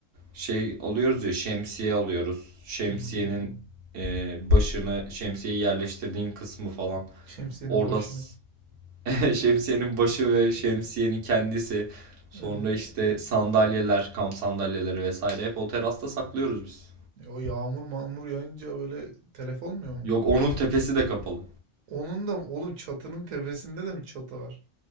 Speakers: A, on the right; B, on the right.
A: şey alıyoruz ya şemsiye alıyoruz. Şemsiyenin
B: Hmm. <laughs>
A: e, başını şemsiyeyi yerleştirdiğin kısmı falan.
B: Şemsiyenin
A: Orada
B: başını.
A: s- <laughs> şemsiyenin başı ve şemsiyenin kendisi. Sonra
B: Evet.
A: işte sandalyeler, kamp sandalyeleri vesaire hep o terasta saklıyoruz biz.
B: E, o yağmur mağmur yağınca böyle telef olmuyor mu?
A: Yok onun tepesi de kapalı.
B: Onun da oğlum çatının tepesinde de mi çatı var?